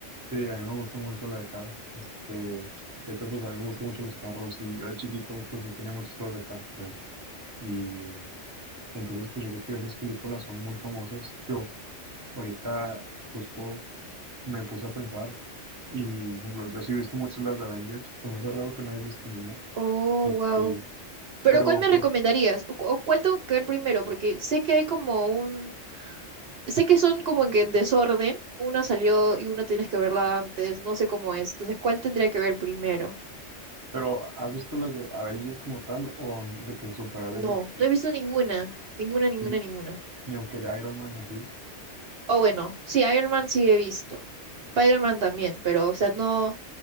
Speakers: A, on the right (about 20°); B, on the right (about 60°).
A: Sí, a mí me gustó mucho la de Cars. Este, de hecho, pues a mí me gustó mucho los carros y yo de chiquito pues sí tenía muchas cosas de Cars, por ejemplo. Y entonces pues yo creo que esas películas son muy famosas. yo ahorita justo me puse a pensar y por ejemplo, yo sí he visto muchas las de Avengers. Como me raro que no hayas visto ni una.
B: Oh,
A: Este,
B: wow. Pero
A: pero,
B: ¿cuál me recomendarías?
A: pero,
B: ¿O, cu- o cuál tengo que ver primero? Porque sé que hay como un... Sé que son como en que en desorden. Una salió y una tienes que verla antes. No sé cómo es. Entonces, ¿cuál tendría que ver primero?
A: pero ¿has visto las de Avengers como tal o de que superhéroes
B: No,
A: de que
B: no he visto ninguna. Ninguna, ninguna,
A: ni,
B: ninguna.
A: ni aunque de Iron Man así?
B: O bueno, sí, Iron Man sí he visto. Spider-Man también, pero o sea, no,